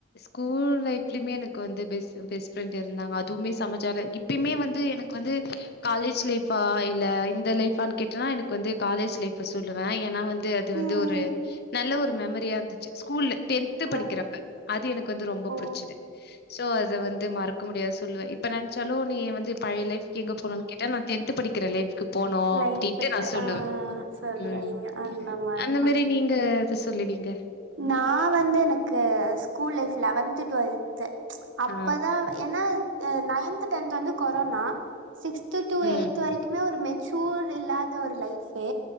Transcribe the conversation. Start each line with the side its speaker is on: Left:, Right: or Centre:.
Left: ஸ்கூல் லைப்லயுமே எனக்கு வந்து பெஸ் பெஸ்ட் ஃப்ரெண்ட் இருந்தாங்க அதுவுமே சமஜாலியா இப் இப்பயுமே வந்து எனக்கு வந்து காலேஜ் லைஃபா இல்ல இந்த லைஃபான்னு கேட்டன்னா எனக்கு வந்து காலேஜ் லைஃப சொல்லுவே ஏன்னா வந்து இது அது
Right: ம்,
Left: வந்து ஒரு நல்ல ஒரு மெமரியா இருந்துச்சு ஸ்கூல்ல டே த்து
Right: ம்.
Left: படிக்கிறப்ப அது எனக்கு வந்து ரொம்ப
Right: ஓ!
Left: புடுச்சுது சோ இது வந்து மறக்க முடியாதது சொல்லுவே இப்ப நெனைச்சாலு நீ வந்து பழைய லைஃக்கு எங்க போணு கேட்டா நா டென்த்து படிக்கிற லைஃக்கு போனோ
Right: லைஃப்க்கு
Left: அப்டின்ட்டு நா சொல்லுவே
Right: ஆ சொல்றீங்க.
Left: ம்
Right: அந்த
Left: அந்த
Right: தான்.
Left: மாரி நீங்க எது சொல்லுவீங்க
Right: நா வந்து எனக்கு ஸ்கூல் லைஃப் லெவன்த்து டுவெல்த்து அப்பதா
Left: ஆ
Right: ஏன்னா நைன்த்து டென்த்து வந்து கொரோனா சிக்ஸ்த்து டூ
Left: ம்
Right: எய்த்து வரைக்குமே ஒரு மெச்சூர் இல்லாத ஒரு லைஃப் கே